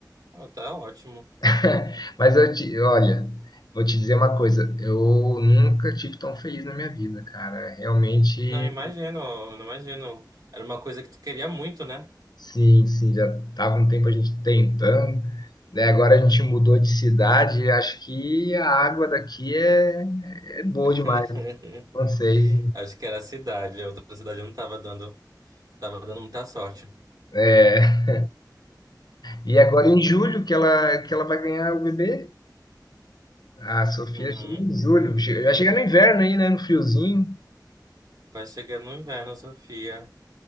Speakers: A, on the right (about 55°); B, on the left (about 65°).
A: Ah, tá ótimo.
B: <laughs> Mas eu te, olha, vou te dizer uma coisa, eu nunca tive tão feliz na minha vida, cara. Realmente,
A: Não, imagino, eu não imagino. Era uma coisa que tu queria muito, né?
B: sim, sim, já tava um tempo a gente tentando, né? Agora a gente mudou de cidade, e acho que a água daqui é, é boa
A: <laughs>
B: demais, não sei.
A: Acho que era a cidade. A outra cidade não tava dando, tava dando muita sorte.
B: É, E agora em julho que ela que ela vai ganhar o bebê, a Sofia
A: Uhum.
B: chega em julho, Che- vai chegar no inverno aí, né? No friozinho.
A: Vai chegar no inverno, Sofia.